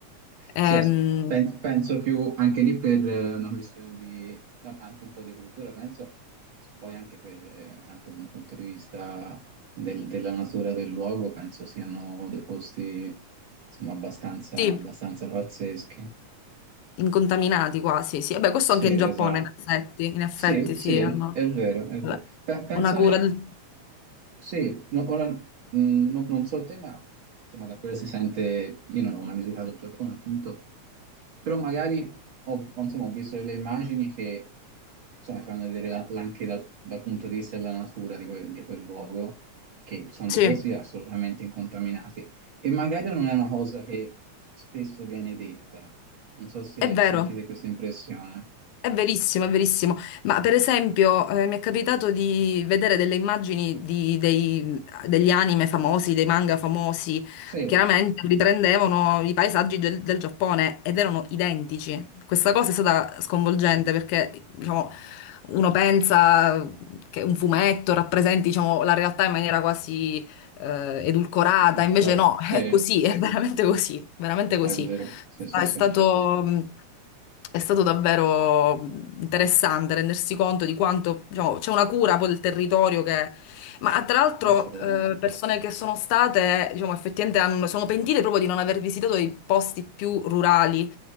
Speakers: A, on the right; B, on the left.
A: Sì,
B: Ehm,
A: as- pen- penso più anche lì per eh, una questione di anche un po' di cultura, penso poi anche per eh, anche un punto di vista del- della natura del luogo, penso siano dei posti insomma abbastanza,
B: sì,
A: abbastanza pazzeschi.
B: incontaminati quasi, sì. Vabbè, questo
A: Sì,
B: anche in
A: esatto.
B: Giappone, in effetti, in effetti
A: Sì, sì,
B: sì, hanno
A: è vero, è vero.
B: la-
A: Pe- penso
B: una cura
A: che
B: del...
A: Sì, no- ora, mh, no- non so il tema, insomma, da quello si sente, io non ho mai visitato il Giappone, appunto, però magari ho, ho- insomma, ho visto delle immagini che, insomma, ti fanno vedere la- anche da- dal punto di vista della natura di quel, di quel luogo, che ci sono
B: Sì,
A: dei posti assolutamente incontaminati, e magari non è una cosa che spesso viene detta, non so se,
B: è vero.
A: se anche te questa impressione.
B: È verissimo, è verissimo. Ma per esempio, eh, mi è capitato di vedere delle immagini di- dei- degli anime famosi, dei manga famosi.
A: Sì,
B: Chiaramente riprendevano i paesaggi del, del Giappone ed erano identici. Questa cosa è stata sconvolgente perché, diciamo, uno pensa che un fumetto rappresenti, diciamo, la realtà in maniera quasi, eh, edulcorata,
A: di, di storia,
B: invece no,
A: sì,
B: <laughs> è
A: è
B: così, è veramente così, veramente così.
A: vero, sì, sì,
B: È
A: sì.
B: stato, è stato davvero interessante rendersi conto di quanto, diciamo, c'è una cura poi del territorio che... Ma tra l'altro
A: assolutamente.
B: eh, persone che sono state, diciamo, effettivamente hanno- sono pentite proprio di non aver visitato i posti più rurali,